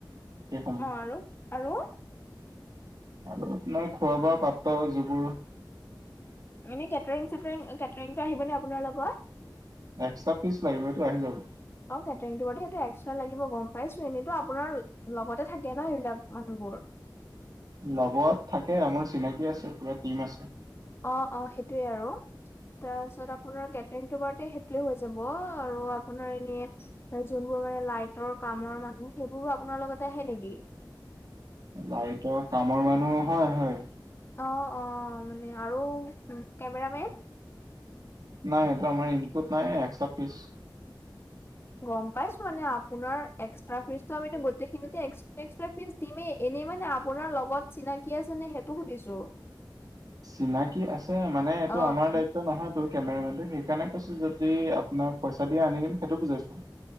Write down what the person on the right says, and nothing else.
সেইসমূহ
আৰু আপোনাৰ খোৱা, বোৱা পাত্ৰ যিবোৰ
এক্সট্ৰা ফিজ লাগিব এইটো আহি যাব।
লগত থাকে আমাৰ চিনাকি আছে পুৰা টিম আছে।
লাইটৰ কামৰ মানুহ হয়, হয়।
নাই এইটো আমাৰ ইনক্লুড নাই এক্সট্ৰা ফিচ।
চিনাকি আছে। মানে এইটো
আমাৰ দায়িত্ব নহয় টো কেমেৰামেনটো সেইকাৰণে কৈছো, যদি আপোনাৰ পইচা দিয়ে আনি দিম, সেইটো বুজাইছোঁ।